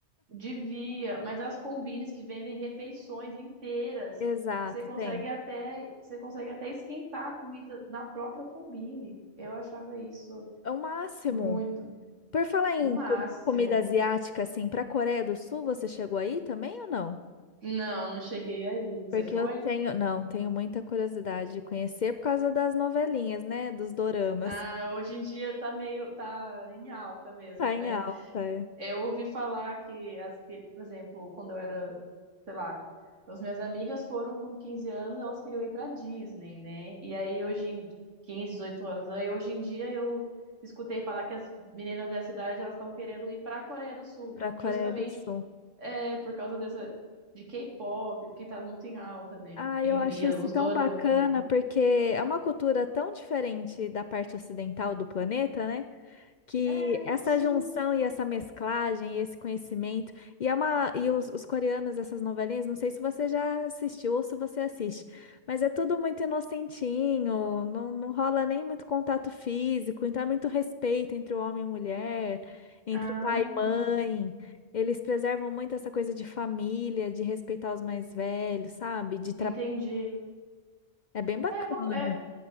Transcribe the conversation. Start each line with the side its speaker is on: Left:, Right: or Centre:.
Right: Devia, mas as combines que vendem refeições inteiras
Left: Exato,
Right: e você consegue
Left: tem.
Right: até você consegue até esquentar a comida na própria combine. Eu achava isso
Left: É o máximo.
Right: muito,
Left: Por falar em
Right: o máximo.
Left: co- comida asiática, assim, para a Coreia do Sul, você chegou aí também ou não?
Right: Não, não cheguei aí. Você
Left: Porque
Right: foi?
Left: eu tenho, não, tenho muita curiosidade de conhecer por causa das novelinhas, né? Dos doramas.
Right: Ah, hoje em dia tá meio tá em alta mesmo,
Left: Tá
Right: né?
Left: em alta, é.
Right: Eu ouvi falar que, as, que- por exemplo, quando eu era, sei lá, as minhas amigas foram com 15 anos, elas queriam ir pra Disney, né? E aí hoje em 15, 18 anos, aí hoje em dia eu escutei falar que as meninas dessa idade elas estão querendo ir pra Coreia do Sul,
Left: Para a Coreia
Right: justamente
Left: do Sul.
Right: é, por causa dessa de K-pop, que tá muito em alta, né?
Left: Ah,
Right: E,
Left: eu acho
Right: e
Left: isso
Right: os
Left: tão
Right: doramas.
Left: bacana, porque é uma cultura tão diferente da parte ocidental do planeta, né? Que
Right: É,
Left: essa
Right: sim.
Left: junção e essa mesclagem e esse conhecimento. E, é uma, e os, os coreanos, essas novelinhas, não sei se você já assistiu ou se você assiste, mas é tudo muito inocentinho, não, não rola nem muito contato físico, então é muito respeito entre o homem e mulher, entre
Right: Ah,
Left: pai e mãe. Eles preservam muito essa coisa de família, de respeitar os mais velhos, sabe? De
Right: entendi.
Left: é bem bacana,
Right: É uma, co- é,